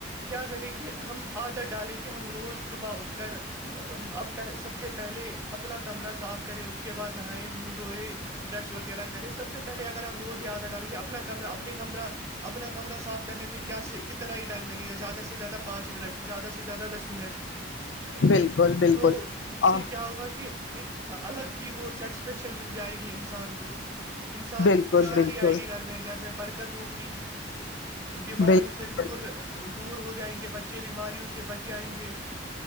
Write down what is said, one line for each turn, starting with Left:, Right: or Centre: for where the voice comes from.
Right: کیا کریں کہ ہم عادت ڈالیں کہ ہم روز صبح اٹھ کر اب ہ سب سے پہلے اپنا کمرہ صاف کرے اس کے بعد نہائے منہ دھوئے برش وغیرہ کرے سب سے پہلے اگر ہم روز یادہ ڈالیں گے اپنا کمرہ اپنی کمرہ اپنا کمرہ صاف کرنے میں کیا کتنا ہی ٹائم لگے گا زیادہ سے زیادہ پانچ منٹ زیادہ سے زیادہ دس منٹ
Left: بالکل بالکل
Right: تو اس سے
Left: آ
Right: کیا ہوگا کہ ایک الگ ہی وہ سیٹسفیکشن مل جائے گی انسان کو انسان
Left: بالکل
Right: خوشحالی
Left: بالکل
Right: آئے گی گھر میں گھر میں برکت ہوگی بیماریوں
Left: بالکل
Right: سے دور دور ہو جائیں گے بچے بیماریوں سے بچ جائیں گے